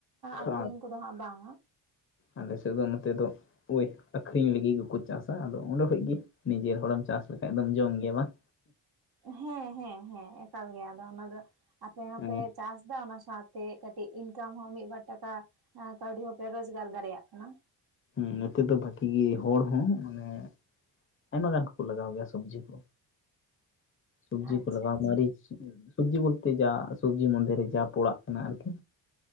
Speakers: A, on the left; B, on the right.
A: ᱟᱪᱪᱷᱟ
B: ᱟᱠᱷᱨᱤᱧ ᱠᱚᱫᱚ ᱦᱟᱸᱜ ᱵᱟᱝᱟ᱾
A: ᱟᱞᱮ ᱥᱮᱫ ᱫᱚ ᱱᱚᱛᱮ ᱫᱚ ᱳᱭ ᱟᱠᱷᱨᱤᱧ ᱞᱟᱹᱜᱤᱫ ᱜᱮᱠᱚ ᱪᱟᱥᱟ, ᱟᱫᱚ ᱚᱸᱰᱮ ᱠᱷᱚᱡ ᱜᱤ ᱱᱤᱡᱮᱨ ᱦᱚᱲᱮᱢ ᱪᱟᱥ ᱞᱮᱠᱷᱟᱡ ᱫᱚᱢ ᱡᱚᱢ ᱜᱮᱭᱟ, ᱵᱟᱝ
B: ᱦᱮᱸ ᱦᱮᱸ ᱦᱮᱸ ᱮᱠᱟᱞ ᱜᱮᱭᱟ, ᱟᱫᱚ ᱚᱱᱟ ᱫᱚ ᱟᱯᱮ ᱦᱚᱸᱯᱮ
A: ᱦᱮᱸ
B: ᱪᱟᱥ ᱮᱫᱟ ᱚᱱᱟ ᱥᱟᱶᱛᱮ ᱠᱟᱹᱴᱤᱡ ᱤᱱᱠᱟᱢ ᱦᱚᱸ ᱢᱤᱫ ᱵᱟᱨ ᱴᱟᱠᱟ ᱠᱟᱹᱣᱰᱤ ᱦᱚᱸ ᱯᱮ ᱨᱳᱡᱽᱜᱟᱨ ᱫᱟᱲᱮᱭᱟᱜ ᱠᱟᱱᱟ᱾
A: ᱦᱮᱸ ᱱᱚᱛᱮ ᱫᱚ ᱵᱷᱟᱜᱤ ᱦᱚᱲ ᱦᱚᱸ, ᱢᱟᱱᱮ ᱟᱭᱢᱟ ᱜᱟᱱ ᱠᱚᱠᱚ ᱞᱟᱜᱟᱣ ᱜᱮᱭᱟ ᱥᱚᱵᱡᱤ ᱠᱚ, ᱥᱚᱵᱡᱤ
B: ᱟᱪᱪᱷᱟ
A: ᱠᱚ ᱞᱟᱜᱟᱣ
B: ᱟᱪᱪᱷᱟ
A: ᱢᱟᱹᱨᱤᱪ ᱥᱚᱵᱡᱤ ᱵᱚᱞᱛᱮ ᱡᱟ ᱥᱚᱵᱡᱤ ᱢᱚᱫᱽᱫᱷᱮᱨᱮ ᱡᱟ ᱯᱚᱲᱟᱜ ᱠᱟᱱᱟ ᱟᱨᱠᱤ